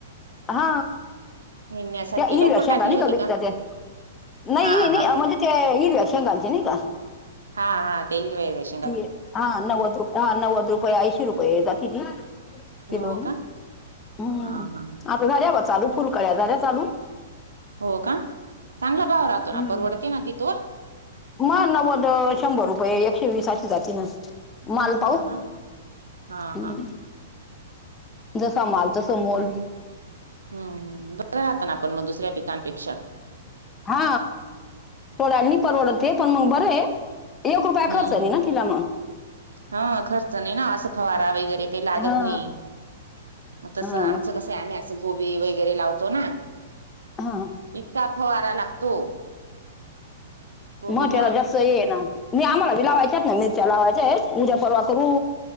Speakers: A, on the left (about 20°); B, on the right (about 75°).
A: हा
B: निन्यासारखी
A: त्या हिरव्या
B: लवकर
A: शेंगा
B: टाकली
A: नाही
B: होती
A: का विकता त्या. नाही
B: हा
A: हे नाही
B: हा
A: म्हणजे ते हिरव्या शेंगाचे नाही का
B: हा हा त्या हिरव्या हिरव्या शें
A: ती हा नव्वद रुपये हा नव्वद रुपये ऐंशी रुपये जाती ती
B: हो
A: किलोनी.
B: का
A: हम्म
B: हा हा
A: आता झाल्या बवा चालू. फुलकळ्या झाल्या चालू.
B: हो का चांगला भाव राहतो
A: हम्म
B: ना. परवडते ना ती तोर.
A: मग नव्वद, शंभर रुपये, एकशे वीस अशी जाती ना. माल पाहू
B: हो ना हा
A: हम्म
B: हा
A: जसा माल तस मोल.
B: हम्म बरं राहत ना पण मग दुसऱ्या पिकांपेक्षा.
A: हा तोडायला नाही परवडत ते. पण मग बर आहे. एक रुपया
B: हम्म
A: खर्च नाही ना तिला म.
B: हा खर्च नाही ना असं फवारा वगैरे ते लागत
A: हा
B: नाही. मग तस
A: हा
B: आमचं कस आहे आम्ही अस कोबी वगैरे लावतो ना.
A: हा
B: इतका फवारा लागतो. कोबीला
A: मग त्याला
B: हम्म
A: जास्त हे आहे ना मग. नाही आम्हाला भी लावायच्यात ना मी रच्या लावायच्या आहे. उद्या परवा करू